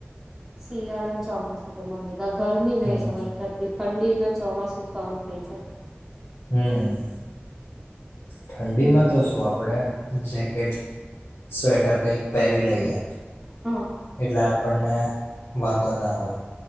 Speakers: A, in the centre; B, on the left.
A: શિયાળો ને ચોમાસું તો મનેય ને ગરમી નહીં
B: હમ
A: સહન થતી, ઠંડી ને ચોમાસું સહન થઈ જાય.
B: હમ્મ. ઠંડીમાં તો શું આપણેે જેકેટ, સ્વેટર કંઈક પહેરી લઈએ
A: હા
B: એટલા આપણને વાંધો ના આવે.